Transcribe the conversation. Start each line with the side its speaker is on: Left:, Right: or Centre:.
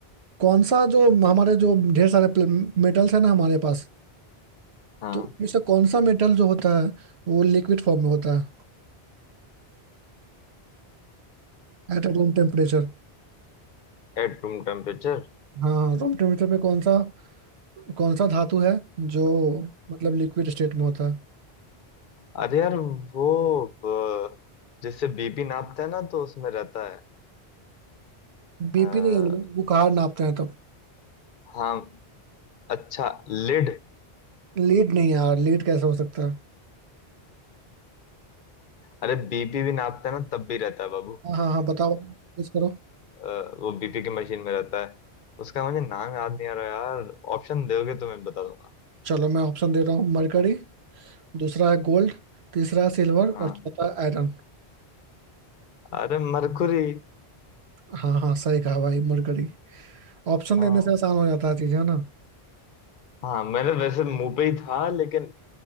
Right: कौन सा जो हमारे जो ढेर सारे मेटल्स है ना हमारे पास
Left: हाँ
Right: तो उनमें से कौन सा मेटल जो होता है वो लिक्विड फॉर्म में होता है एट रूम टेम्परेचर
Left: At room temperature
Right: हाँ रूम टेम्परेचर पे कौन सा कौन सा धातु है जो मतलब लिक्विड स्टेट में होता है
Left: अरे यार वो अ, जिससे बीपी नापते हैं ना तो उसमें रहता है
Right: बीपी
Left: अ,
Right: नहीं बुखार नापते हैं तब
Left: हाँ अच्छा लिड
Right: लीड नहीं यार लीड कैसे हो सकता है
Left: अरे बीपी भी नापते हैं ना तब भी रहता है बाबू
Right: हाँ हाँ हाँ बताओ guess करो
Left: अ, वो बीपी की मशीन में रहता है उसका मुझे नाम याद नहीं आ रहा यार ऑप्शन दोगे तो मैं बता दूंगा
Right: चलो मैं ऑप्शन दे रहा हूँ मरकरी दूसरा है गोल्ड तीसरा है सिल्वर
Left: हाँ
Right: और चौथा आयरन
Left: अरे मरकुरी
Right: हाँ हाँ सही कहा भाई मरकरी ऑप्शन
Left: हाँ
Right: देने से आसान हो जाता है चीजें है ना
Left: हाँ मैंने वैसे मुंह पे ही था लेकिन